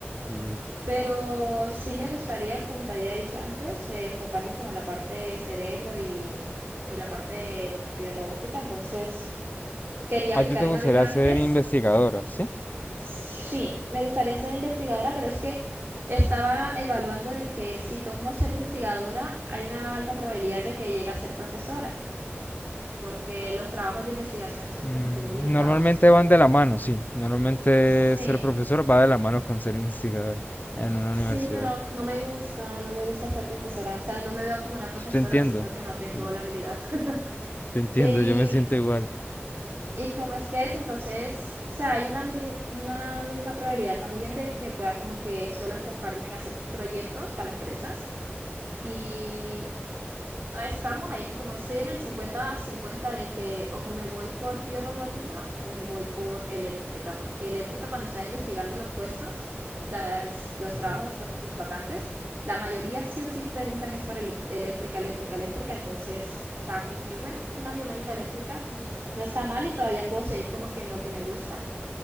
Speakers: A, on the left (about 40°); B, on the right (about 55°).
A: sí.
B: Pero sí me gustaría, como te había dicho antes, eh, enfocarme como en la parte de cerebro y, y la parte de biorrobótica. Entonces, quería
A: A
B: aplicar
A: ti te gustaría
B: una beca antes.
A: ser investigadora, ¿sí?
B: Sí, me gustaría ser investigadora, pero es que estaba evaluando de que si tomo ser investigadora, hay una alta probabilidad de que llegue a ser profesora, porque los trabajos de investigación son
A: Mm,
B: como que muy limitados.
A: Normalmente van de la mano, sí. Normalmente
B: Sí,
A: ser profesor va de la mano con ser investigador en una
B: Sí,
A: universidad.
B: pero no me gusta, no me gusta ser profesora. O sea, no me veo como una profesora,
A: Te entiendo,
B: siento que no tengo
A: te,
B: la habilidad. <laughs>
A: te entiendo,
B: Y,
A: yo me siento igual.
B: y como es que es, entonces, o sea, hay una, mini- una mínima probabilidad también de que pueda como que solo enfocarme en hacer proyectos para empresas. y ah, estamos ahí, como estoy en el 50-50 de que o me voy por biorrobótica o me voy por eléctrica, porque eléctrica cuando estaba investigando los puestos, las, los
A: Ujú.
B: trabajos, las vacantes, la mayoría sí o sí preguntan es por ele- eléctrica, eléctrica, eléctrica, entonces estaba como que, bueno, una biomédica eléctrica no está mal y todavía puedo seguir como que en lo que me gusta.